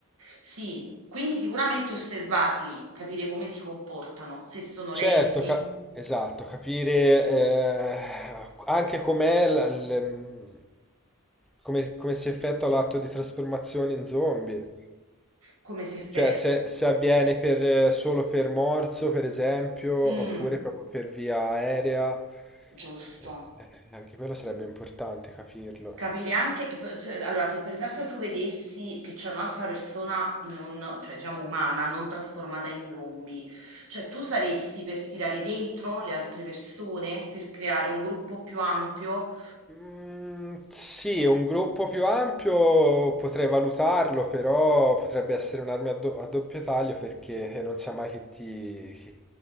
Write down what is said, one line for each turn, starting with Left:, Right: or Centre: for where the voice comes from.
Right: Sì, quindi sicuramente osservarli, capire come si comportano, se sono
Centre: Certo,
Right: lenti,
Centre: ca- esatto, capire eh, anche com'è la- l- mm, come, come si effettua l'atto di trasformazione in zombie.
Right: come si... effe-
Centre: Cioè,
Right: es-
Centre: se, se avviene per- solo per morso, per esempio, oppure
Right: Mm,
Centre: proprio per via aerea,
Right: giusto.
Centre: eh, anche quello sarebbe importante capirlo.
Right: Capire anche p s allora se per esempio tu vedessi che c'è un'altra persona non cioè diciamo umana, non trasformata in zombie, cioè tu saresti per tirare dentro le altre persone, per creare un gruppo più ampio?
Centre: Mm, sì, un gruppo più ampio potrei valutarlo, però potrebbe essere un'arma a, do- a doppio taglio perché non sa mai chi ti, chi